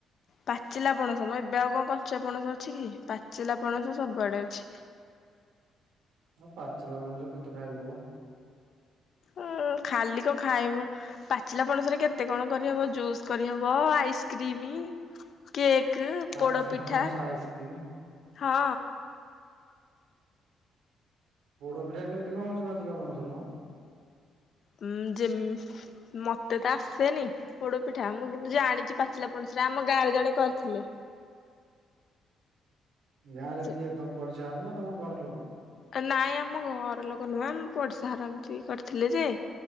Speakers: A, on the left (about 55°); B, on the right (about 80°).
A: ପାଚିଲା ପଣସ ମୋ ଏବେ ଆଉ କଣ କଞ୍ଚା ପଣସ ଅଛି କି? ପାଚିଲା ପଣସ ସବୁଆଡ଼େ ଅଛି।
B: ଆଉ ପାଚିଲା ପଣସ କେତେ ଖାଇବ? ହ
A: ଉଁ ଖାଲି କଣ ଖାଇବ? ପାଚିଲା ପଣସରେ କେତେ କଣ କରିହବ ଜୁସ୍ କରିହବ ଆଇସ୍କ୍ରିମ। କେକ୍,
B: ପାଚିଲା
A: ପୋଡ ପିଠା,
B: ପଣସ ଆଇସ୍କ୍ରିମ।
A: ହଁ।
B: ପୋଡ ପିଠା କେମିତି କଣ ହଉଛି ପାଚିଲା ପଣସ ରେ ମ?
A: ଉ ଯେମ ମତେ ତ ଆସେନି। ପୋଡ ପିଠା ମୁଁ କିନ୍ତୁ ଜାଣିଛି ପାଚିଲା ପଣସରେ ଆମ ଗାଁରେ ଜଣେ କରିଥିଲେ।
B: ଗାଁ ରେ
A: ସେ
B: କିଏ ତମ ପଡିଶାର ନା ତମ ଘର ଲୋକ?
A: ନାଇଁ ଆମ ଘର ଲୋକ ନୁହେଁ ଆମ ପଡିଶା ହର ଏମତି କରିଥିଲେ ଯେ।